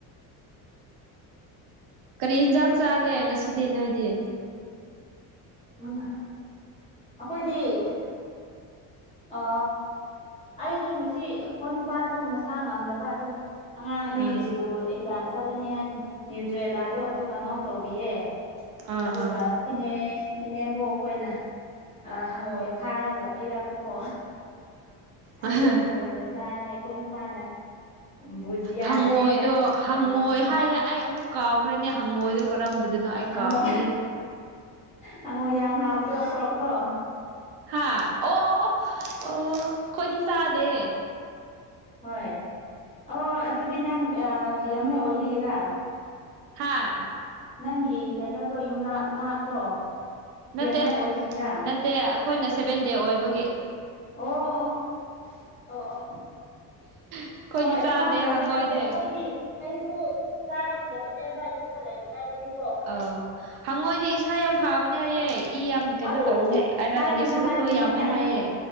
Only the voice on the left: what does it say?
ꯑꯩꯈꯣꯏꯗꯤ ꯑ ꯑꯩꯗꯤ ꯉꯁꯤ ꯑꯩꯈꯣꯏ ꯅꯨꯄꯥꯁꯨ ꯃꯁꯥ ꯉꯝꯗꯕ ꯑꯗꯨꯒꯤ ꯑꯉꯥꯡ ꯑꯅꯤꯒꯤ
ꯁ꯭ꯀꯨꯜ ꯑꯦꯛꯖꯥꯝ ꯆꯠꯂꯅꯤ ꯍꯥꯏꯅ ꯅ꯭ꯌꯨꯇ꯭ꯔꯦꯂꯥꯗꯣ ꯑꯗꯨ ꯀꯉꯧ ꯇꯧꯕꯤꯌꯦ
ꯑꯗꯨꯒ
ꯏꯅꯦ ꯏꯅꯦꯕꫭꯛ ꯑꯩꯈꯣꯏꯅ ꯍꯪꯉꯣꯏ ꯐꯥꯔꯒ ꯄꯤꯔ ꯀꯣ ꯑꯩꯗꯤ
ꯑꯗꯨ ꯑꯣꯏꯅ ꯆꯥꯔꯦ ꯑꯩꯈꯣꯏ ꯅꯨꯄꯥꯅ ꯕꯨꯖꯤꯌꯥꯅꯦ
ꯀꯉꯥꯎꯅꯦ
ꯍꯪꯉꯣ
ꯍꯪꯉꯣ ꯌꯥꯝ ꯍꯥꯕꯗꯣ ꯐꯣꯔꯣꯛꯇꯣ
ꯍꯣꯏ ꯑꯣ ꯑꯗꯨꯗꯤ ꯅꯪ ꯔꯤꯌꯦꯝꯃꯩ ꯑꯣꯏꯕꯤꯒꯦꯔꯥ
ꯅꯪꯒꯤ ꯀꯩꯅꯣꯗꯣ ꯌꯨꯝꯅꯥꯛ ꯅꯥꯛꯇꯣ
ꯗꯤꯌꯥꯃꯥꯏ ꯑꯣꯏꯕꯤꯒꯤꯔꯥ
ꯑꯣ ꯑꯣ ꯑꯣ ꯑꯣ
ꯍꯣꯏ ꯑꯗꯨ
ꯃꯥꯅ ꯇꯧꯕ
ꯂꯩꯌꯦ ꯑꯩꯈꯣꯏꯗꯤ ꯑꯩꯁꯨ ꯆꯥꯔꯝꯗꯕꯅꯦꯕ ꯌꯨꯝꯗ ꯂꯩꯔꯤꯉꯩꯗꯗꯤ
ꯑꯩ
ꯍꯥꯏꯒꯅꯨ
ꯍꯥꯏꯒꯅꯨ
ꯑꯩ